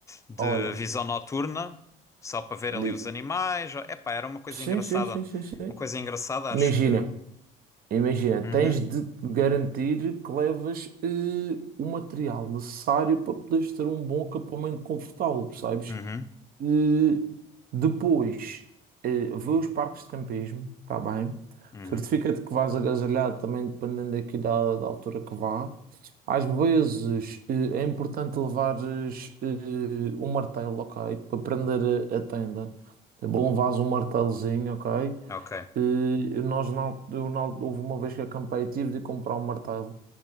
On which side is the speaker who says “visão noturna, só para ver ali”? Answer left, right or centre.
Left